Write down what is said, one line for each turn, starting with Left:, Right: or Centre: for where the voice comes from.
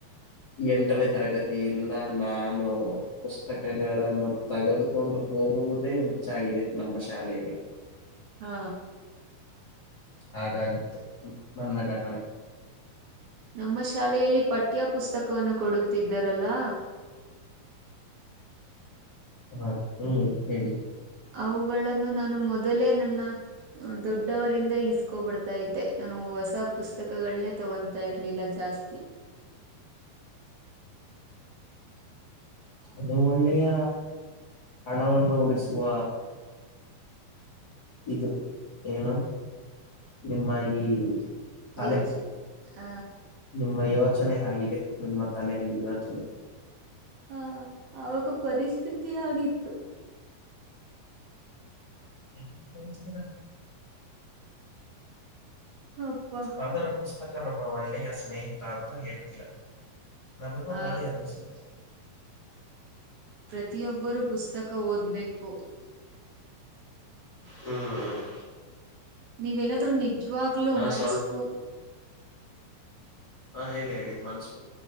Left: ಎಂಟನೇ ತರಗತಿಯಿಂದ ನಾನು ಪುಸ್ತಕಗಳನ್ನು ತೆಗೆದುಕೊಂಡು ಹ ಹೋಗುವುದೇ ಹೆಚ್ಚಾಗಿದೆ ನಮ್ಮ ಶಾಲೆಗೆ
Right: ಹಾ
Left: ಹಾಗಾಗಿತ್ತು ನನ್ನ ಘಟನೆ
Right: ನಮ್ಮ ಶಾಲೆಯಲ್ಲಿ ಪಠ್ಯ ಪುಸ್ತಕವನ್ನು ಕೊಡುತ್ತಿದ್ದಾರಲ್ಲಾ
Left: ಹಾ ಹ್ಮ್ ಹೇಳಿ
Right: ಅವುಗಳನ್ನು ನಾನು ಮೊದಲೇ ನನ್ನ ದೊಡ್ಡವರಿಂದ ಇಸ್ಕೊಬಿಡ್ತಾ ಇದ್ದೆ ನಾನು ಹೊಸ ಪುಸ್ತಕಗಳನ್ನನೆ ತಗೊತಾ ಇರ್ಲಿಲ್ಲ ಜಾಸ್ತಿ
Left: ಅದು ಒಳ್ಳೆಯ ಹಣವನ್ನು ಉಳಿಸುವ ಇದು ಏನು ನಿಮ್ಮ ಈ ತಲೆ
Right: ಯೋಚ್ ಹ
Left: ನಿಮ್ಮ ಯೋಚನೆ ಆಗಿದೆ ನಿಮ್ಮ ತಲೆಯಲ್ಲಿ ಯೋಚನೆ
Right: ಹಾ ಆಾಗ ಪರಿಸ್ಥಿತಿ ಆಗಿತ್ತು
Left: ೀರ
Right: ಅಪ್ಪ
Left: ಆದರೂ ಪುಸ್ತಕ ನಮ್ಮ ಒಳ್ಳೆಯ ಸ್ನೇಹಿತ ಅಂತ ಹೇಳ್ತೀರ ನನಗೂ
Right: ಆ
Left: ಹಾಗೆ ಅನ್ನಿಸು
Right: ಪ್ರತಿಯೊಬ್ಬರೂ ಪುಸ್ತಕ ಓದ್ಬೇಕು
Left: ಹ್ಮ್ ಹ್ಮ್
Right: ನೀವೆೇನಾದರುೂ ನಿಜ್ವಾಾಗಲು ಮನ್ಸ್
Left: ಸ್ವಲ್ಪ
Right: ಪು
Left: ಹಾ ಹೇಳಿ ಹೇಳಿ ಮನ್ಸು